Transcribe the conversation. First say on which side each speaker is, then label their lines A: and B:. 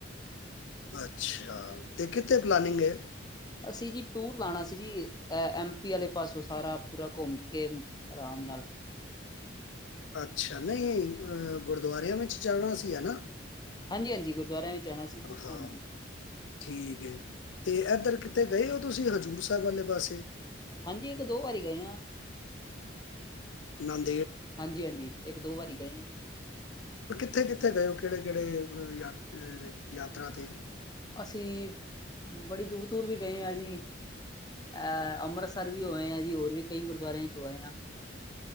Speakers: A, on the left; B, on the left.
A: ਅੱਛਾ। ਤੇ ਕਿੱਥੇ ਪਲਾਨਿੰਗ ਏ?
B: ਅਸੀਂ ਜੀ ਟੂਰ ਲਾਉਣਾ ਸੀ ਜੀ। ਇਹ ਐਮ ਪੀ ਆਲੇ ਪਾਸੋਂ ਸਾਰਾ ਪੂਰਾ ਘੁੰਮ ਕੇ ਆਰਾਮ ਨਾਲ
A: ਅੱਛਾ। ਨਹੀਂ, ਅਹ ਗੁਰਦੁਆਰਿਆਂ ਵਿੱਚ ਜਾਣਾ ਸੀ, ਹਨਾ?
B: ਹਾਂਜੀ-ਹਾਂਜੀ, ਗੁਰਦੁਆਰਿਆਂ ਵਿੱਚ ਜਾਣਾ ਸੀ।
A: ਹਾਂ
B: ਹਾਂਜੀ।
A: ਠੀਕ ਹੈ। ਏ ਇੱਧਰ ਕਿਤੇ ਗਏ ਹੋ, ਤੁਸੀਂ ਹਜ਼ੂਰ ਸਾਹਿਬ ਵਾਲੇ ਪਾਸੇ?
B: ਹਾਂਜੀ। ਇੱਕ ਦੋ ਵਾਰੀ ਗਏ ਹਾਂ।
A: ਨਨ
B: ਹਾਂਜੀ-ਹਾਂਜੀ। ਇੱਕ-ਦੋ ਵਾਰੀ ਗਏ ਆਂ।
A: ਕਿੱਥੇ-ਕਿੱਥੇ ਗਏ ਹੋ? ਕਿਹੜੇ-ਕਿਹੜੇ ਯਾ ਯਾਤਰਾ ਤੇ?
B: ਅਸੀਂ ਬੜੀ ਦੂਰ-ਦੂਰ ਵੀ ਗਏ ਆਂ ਜੀ। ਅਹ, ਅੰਮ੍ਰਿਤਸਰ ਵੀ ਹੋ ਆਏਂ ਆ ਜੀ, ਹੋਰ ਵੀ ਕਈ ਗੁਰਦੁਆਰਿਆਂ ਚ ਹੋ ਆਏਂ ਆਂ।